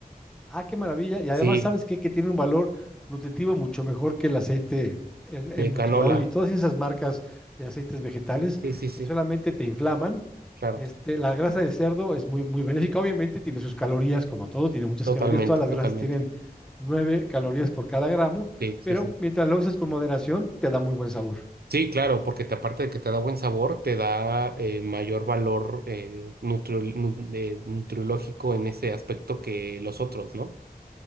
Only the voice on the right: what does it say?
Sí,
de
canola.
Sí, sí, sí,
claro.
Totalmente,
totalmente.
Sí, sí,
sí.
Sí, claro, porque te- aparte de que te da buen sabor, te da eh, mayor valor eh, nutri- nu- eh, nutriológico en ese aspecto que los otros, ¿no?